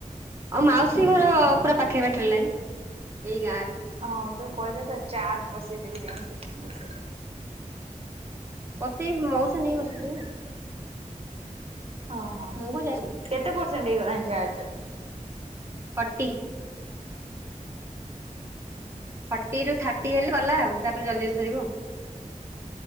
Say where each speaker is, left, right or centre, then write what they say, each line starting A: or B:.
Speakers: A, on the right (about 20°); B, on the right (about 45°).
A: ଆଉ ମାଉସୀ ଘର ପୁରା ପାଖେ ପା ଟ୍ରେଲ୍ ଲାଇନ୍, ଏଇ ଗାଁ ରେ।
B: ହଁ
A: ଟ୍ରେନ୍ ଲାଇନ୍।
B: ଯୋଉ କଇଲ ତ ଚାର୍ଜ ବସେଇଦେବି ଯାଇକି। ମୁଁ ସେଇଟା
A: ବସେଇ ମଉସା ନେଇକି ବସେଇଦେବେନି।
B: ହଁ, ହଁ
A: ମୁଁ କଣ ଯାଇନି
B: କେତେ ପରସେଣ୍ଟ ହେଇଗଲାଣି ଚାର୍ଜ?
A: ଫୋଟି। ଫର୍ଟି ରୁ ଥାର୍ଟି ହେଲେ ଗଲା ଆଉ, ତାପରେ ଜଲଦି ଜଲଦି ସରିବ।